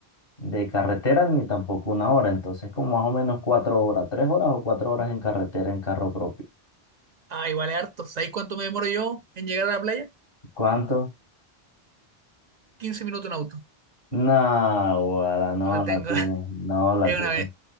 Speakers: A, on the left; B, on the right.
A: de carretera ni tampoco una hora, entonces como más o menos cuatro horas, 3 horas o 4 horas en carretera en carro propio.
B: Ah, igual es harto. ¿Sabes cuánto me demoro yo en llegar a la playa?
A: ¿Cuánto?
B: 15 minutos en auto.
A: No, guara, no
B: La
A: la
B: tengo.
A: tiene,
B: <laughs>
A: no la
B: Es
A: tiene,
B: una, be-